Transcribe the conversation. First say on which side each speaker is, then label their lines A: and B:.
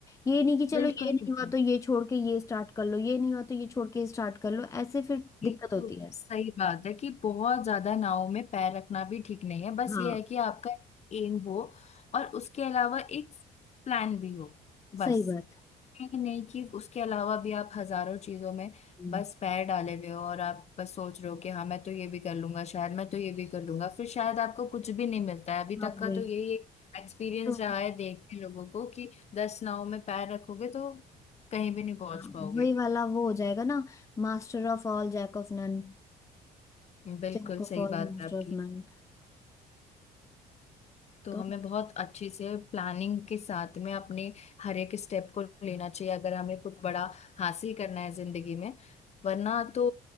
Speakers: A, on the left (about 20°); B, on the left (about 40°).
A: ये नहीं कि चलो
B: बिल्कुल
A: ये नहीं
B: बिल्कुल
A: हुआ तो ये छोड़ के ये स्टार्ट कर लो ये नहीं हुआ तो ये छोड़ के स्टार्ट कर लो ऐसे फिर दिक्कत
B: एक
A: होती
B: तो
A: है
B: सही बात है कि बहुत ज्यादा नाव में पैर रखना भी ठीक नहीं है बस
A: हाँ
B: ये है कि आपका एम हो और उसके अलावा एक प्लान भी हो बस
A: सही बात
B: ये नहीं कि उसके अलावा भी आप हजारों चीजों में
A: हम्म,
B: बस पैर डाले हुए हो और आप बस सोच रहे हो कि हाँ मैं तो ये भी कर लूंगा शायद मैं तो ये भी कर लूंगा फिर शायद आपको कुछ भी नहीं मिलता है अभी
A: हाँ
B: तक का
A: वही
B: तो यही एक्सपीरियंस
A: तो
B: रहा है देख के लोगों को कि दस नाव में पैर रखोगे तो कहीं भी नहीं पहुंच
A: हाँ
B: पाओगे
A: वही वाला वो हो जाएगा ना master of all jack of none
B: बिल्कुल
A: Jack of
B: सही
A: all
B: बात
A: master
B: है आपकी
A: of none
B: तो
A: तो
B: हमें बहुत अच्छे से प्लानिंग के साथ में अपने हर एक स्टेप को लेना चाहिए अगर हमें कुछ बड़ा हासिल करना है जिंदगी में वरना तो